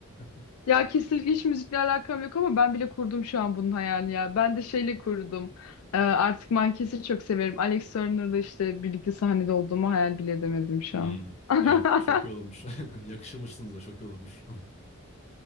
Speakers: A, on the left; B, on the left.
A: <laughs>
B: Ya kesinlikle hiç müzikle alakam yok ama ben bile kurdum şu an bunun hayalini ya. Ben de şeyle kurdum. Ee, artık Mankes'i çok severim. Alex Turner'la işte birlikte sahnede olduğumu hayal bile edemedim şu
A: Hmm,
B: an. <laughs>
A: evet, çok iyi olurmuş. <laughs> Yakışırmışsınız da çok iyi olurmuş.